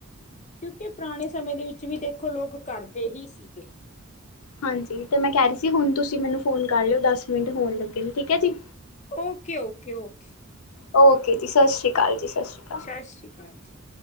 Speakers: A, on the left (about 35°); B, on the left (about 80°).
A: ਕਿਉਂਕਿ ਪੁਰਾਣੇ ਸਮੇਂ ਦੇ ਵਿੱਚ ਵੀ ਦੇਖੋ ਲੋਕ ਕਰਦੇ ਹੀ ਸੀਗੇ।
B: ਹਾਂਜੀ ਤੇ ਮੈਂ ਕਹਿ ਰਹੀ ਸੀ ਹੁਣ ਤੁਸੀਂ ਮੈਨੂੰ ਫੋਨ ਕਰ ਲਿਓ ਦਸ ਮਿੰਟ ਹੋਣ ਲੱਗੇ ਨੇ ਠੀਕ ਹੈ ਜੀ।
A: ਓਕੇ- ਓਕੇ, ਓਕੇ
B: ਓਕੇ ਜੀ ਸਤਿ ਸ਼੍ਰੀ ਅਕਾਲ ਜੀ, ਸਤਿ ਸ਼੍ਰੀ ਅਕਾਲ।
A: ਸਤਿ ਸ਼੍ਰੀ ਅਕਾਲ ਜੀ।